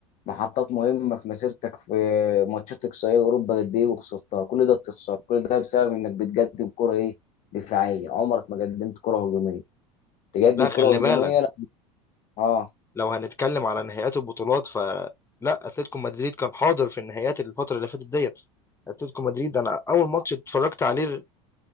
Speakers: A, on the left; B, on the left.
A: محطات مهمه في مسيرتك في ماتشات اقصائيه اوروبا قد ايه وخسرتها كل ده بتخسر كل ده بسبب انك بتقدم كره ايه دفاعيه عمرك ما قدمت كره هجوميه تقدم
B: لا
A: كره
B: خلي بالك
A: هجوميه لا اه
B: لو هنتكلم على نهائيات البطولات فلا اتلتيكو مدريد كان حاضر في النهائيات الفتره اللي فاتت ديت اتلتيكو مدريد انا اول ماتش اتفرجت عليه